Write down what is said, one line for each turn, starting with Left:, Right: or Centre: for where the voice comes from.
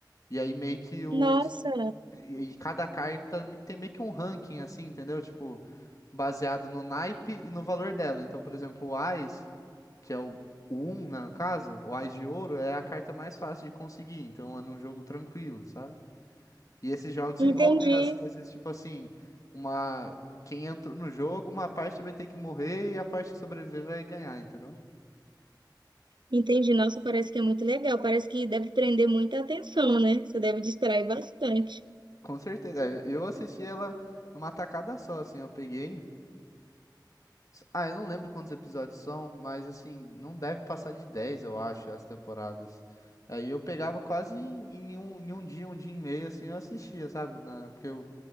Left: E aí meio que o,
Right: Nossa,
Left: e, e cada carta tem meio que um ranking, assim, entendeu? Tipo, baseado no naipe e no valor dela. Então, por exemplo, o Ás, que é o 1, no caso, o Ás de ouro é a carta mais fácil de conseguir. Então, é num jogo tranquilo, sabe? E esses jogos
Right: entendi.
Left: envolvem, às vezes, tipo assim, uma... Quem entrou no jogo, uma parte vai ter que morrer e a parte que sobreviver vai ganhar, entendeu?
Right: Entendi. Nossa, parece que é muito legal. Parece que deve prender muita atenção, né? Você deve distrair bastante.
Left: Com certeza. É, Eu assisti ela numa tacada só, assim, eu peguei, Ah, eu não lembro quantos episódios são, mas assim, não deve passar de 10, eu acho, as temporadas. Aí eu pegava quase em, em um, em um dia, um dia e meio, assim, eu assistia, sabe? Na, porque eu,